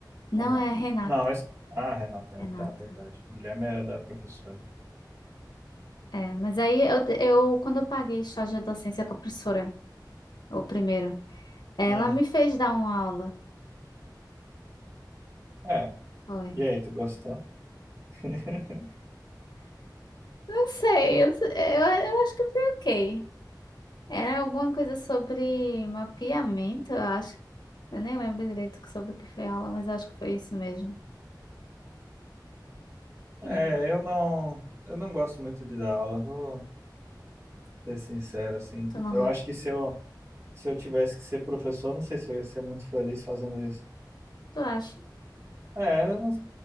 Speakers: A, on the left; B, on the right.
A: Não
B: Ou não?
A: é Renato,
B: Não, esse... Ah, Renata, é,
A: Renato.
B: tá, verdade. Guilherme era da professora.
A: É, mas aí eu, eu quando eu paguei estágio de docência com a professora, o primeiro, ela
B: Hum,
A: me fez dar uma aula.
B: é.
A: Foi.
B: E aí, tu gostou? <laughs>
A: Não sei, eu, eu, eu acho que foi ok. Era alguma coisa sobre mapeamento, eu acho. Eu nem lembro direito sobre o que foi a aula, mas eu acho que foi isso mesmo.
B: É,
A: E
B: eu não, eu não gosto muito de dar aula, vou ser sincero, assim.
A: tu não
B: Eu
A: gosta?
B: acho que se eu, se eu tivesse que ser professor, não sei se eu ia ser muito feliz fazendo isso.
A: Tu acha?
B: É, eu não,